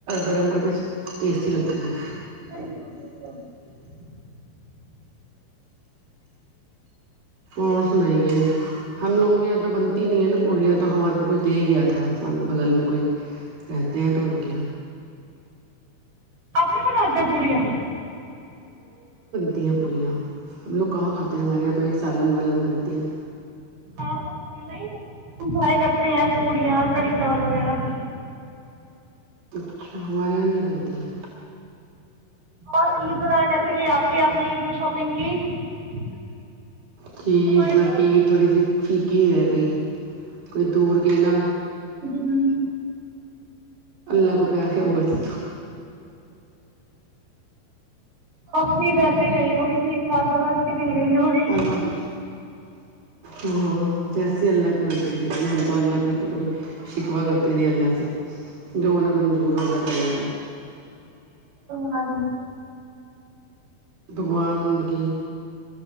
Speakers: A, on the right; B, on the right.
A: گرم کر کے ٹیسٹی لگتی ہے
B: <inaudible>
A: اور سنائیے ہم لوگوں کے یہاں تو بنتی نہیں ہے نا پورلیاں تو تو ہمارے کو کوئی دے ہی گیا تھا سام بغل میں کوئی رہت ہیں ومکں
B: اپنی کون ہج پوڑیا
A: کھی ہیں پوڑیاں ہم لوگ کہاں کھاتے ہیں ہمارے یہاں تو وہی سالن والالن بنتے ہیں
B: ہاں وہ تو نہیں انجوائے کرتے ہیں پوڑیاں کڑھی چاول وغیرہ <inaudible>
A: اچھا ہمارے یہاں نہیں بنتی ہے
B: اور عید وغیرہ کیسی گئی آپ کی آپ نے عید میں شاپنگ کی <inaudible>
A: کہی
B: ہمارے
A: لڑکی
B: تو
A: تھوڑی سی <inaudible> فیکی رہ رہی <inaudible> کوئی دور گ ن <inaudible>
B: جی
A: لگو پہ ہے وہ تو
B: امی ایسی نہیں ہوگی ٹھیک ٹھاک جگہ کی نہیں گئی ہوگی
A: مطلب ہ جیسی اللہ کی مرضی دیکھیے ہم تو اللہ کے اوپر کبھی شکوہ کرتے نہیں اللہ سے جو ان نے منظور ہولہ ت اللہ کو
B: اور وہاں
A: بھگوان کی